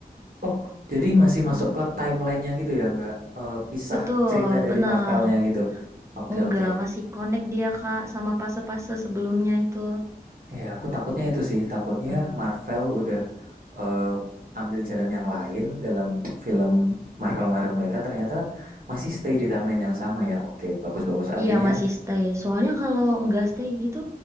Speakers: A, on the right; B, on the right.
A: Oh, jadi masih masuk
B: Mm,
A: ke timelinenya gitu ya, nggak eh, pisah
B: Betul,
A: cerita dari
B: benar.
A: Marvelnya gitu. Oke
B: Enggak,
A: oke.
B: masih connect dia, Kak, sama fase-fase sebelumnya itu.
A: Ya, aku takutnya itu sih. Takutnya
B: Hmm.
A: Marvel udah eh, ambil jalan yang lain dalam film Marvel-Marvel mereka ternyata masih stay di timeline yang sama ya. Oke, bagus-bagus artinya.
B: Iya masih stay. Soalnya kalau nggak stay gitu